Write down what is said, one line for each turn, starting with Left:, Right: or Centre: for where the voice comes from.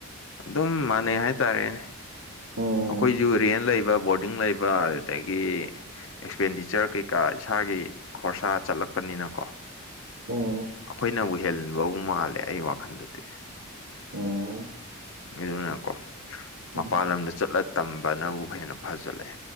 Left: ꯑꯗꯨꯝ ꯃꯥꯟꯅꯩ ꯍꯥꯏꯇꯥꯔꯦꯅꯦ
Right: ꯎꯝ
Left: ꯑꯩꯈꯣꯏꯁꯨ ꯔꯦꯟ ꯂꯩꯕ ꯕꯣꯔꯗꯤꯡ ꯂꯩꯕ ꯑ ꯑꯗꯨꯗꯒꯤ ꯑꯦꯛꯁꯄꯦꯟꯗꯤꯆꯔ ꯀꯩꯀꯥ ꯏꯁꯥꯒꯤ ꯈꯣꯔꯁꯥ ꯆꯠꯂꯛꯄꯅꯤꯅ ꯀꯣ
Right: ꯎꯝ
Left: ꯑꯩꯈꯣꯏꯅ ꯎꯍꯟꯕꯕꯨ ꯃꯥꯜꯂꯦ ꯑꯩꯒꯤ ꯋꯥꯈꯟꯗꯗꯤ
Right: ꯎꯝ
Left: ꯑꯗꯨꯅꯀꯣ
Right: ꯎꯝ
Left: ꯃꯄꯥꯟ ꯂꯝꯗ ꯆꯠꯂ ꯇꯝꯕꯅꯕꯨ ꯍꯦꯟꯅ ꯐꯖꯜꯂꯛꯑꯦ